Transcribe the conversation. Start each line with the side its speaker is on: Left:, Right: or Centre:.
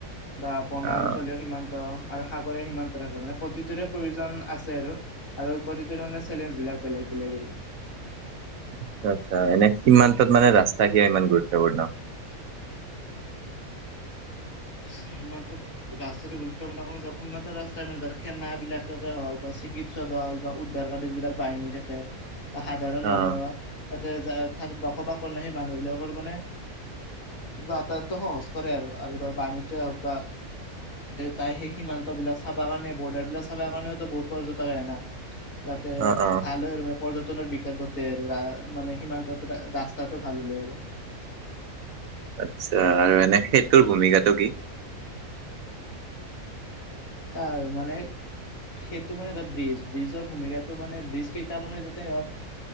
Left: বা বনা
Right: অ'।
Left: অঞ্চলীয় সীমান্ত। আৰু সাগৰীয় সীমান্ত থাকে, মানে প্ৰতিটোৰে প্ৰয়োজন আছে আৰু। আৰু প্ৰতিটো ধৰনে চেলেঞ্জ বিলাক বেলেগ, বেলেগ আৰু।
Right: আচ্ছা, আচ্ছা, এনে সীমান্তত মানে ৰাস্তা কিয় ইমান গুৰুত্বপূৰ্ণ?
Left: সীমান্তত। ৰাস্তাটো গুৰুত্বপূৰ্ণ, উন্নত ৰাস্তা মানে ধৰ, সেনা বিলাকে হওক বা চিক চিকিৎসক দল বা উদ্ধাৰকাৰ যিবিলাক বাহিনী থাকে, বা সাধাৰণ
Right: অ',
Left: মানুহৰ তাতে যায় থাক, বসবাস কৰে, ন, সেই মানুহবিলাকৰ মানে যাতায়াতো সহজ কৰে আৰু, আৰু ধৰ বানিজ্য হওক বা তাৰ, সেই সীমান্ত বিলাক চাব কাৰণে, বৰ্ডাৰ বিলাক চাব কাৰণেও বহুত পৰ্যটক আহে, না। তাতে
Right: অ', অ'।
Left: ভাল <unintelligible> পৰ্যটনৰ বিকাশ ঘটে আৰু, ৰা মানে সীমান্তত ৰাস্তাটো ভাল হলে আৰু।
Right: আচ্ছ আৰু এনে, সেইটোৰ ভূমিকাটো কি?
Left: চা মানে সেইটো মানে এটা ব্ৰিজ, ব্ৰিজৰ ভূমিকাটো মানে ব্ৰিজ কেইটা, বনাই যাতে ধৰ